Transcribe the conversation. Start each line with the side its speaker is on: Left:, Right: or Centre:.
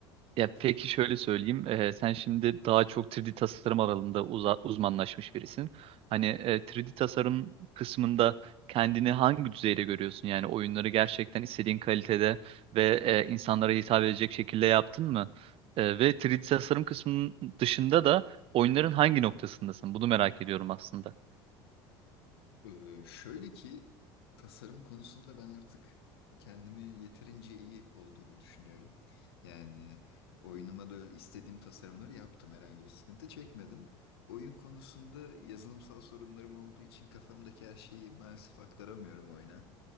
Right: Ya peki şöyle söyleyeyim. Ee, sen şimdi daha çok 3D tasarım alanında uza- uzmanlaşmış birisin. Hani e, 3D tasarım kısmında kendini hangi düzeyde görüyorsun? Yani oyunları gerçekten istediğin kalitede ve e, insanlara hitap edecek şekilde yaptın mı? E, ve 3D tasarım kısmının dışında da oyunların hangi noktasındasın? Bunu merak ediyorum aslında.
Left: Ee, şöyle ki tasarım konusunda ben artık kendimi yeterince iyi olduğumu düşünüyorum. Yani oyunuma da istediğim tasarımları yaptım. Herhangi bir sıkıntı çekmedim. Oyun konusunda yazılımsal sorunlarım olduğu için kafamdaki her şeyi maalesef aktaramıyorum oyuna.